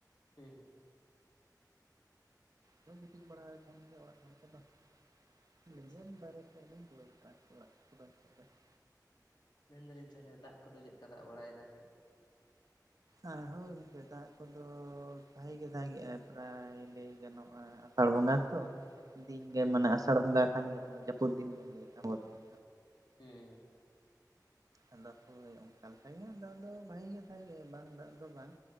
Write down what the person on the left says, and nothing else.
ᱦᱩᱸᱻ ᱦᱩᱸᱻ
ᱟᱪᱪᱷᱟ
ᱢᱮᱱ ᱫᱟᱞᱤᱧ ᱛᱟᱦᱚᱞᱮ ᱫᱟᱜ ᱠᱚᱫᱚ ᱪᱮᱫ ᱞᱮᱠᱟ ᱫᱟᱜ ᱵᱟᱲᱟᱭᱮᱫᱟ?
ᱦᱩᱸ
ᱦᱩᱻᱸ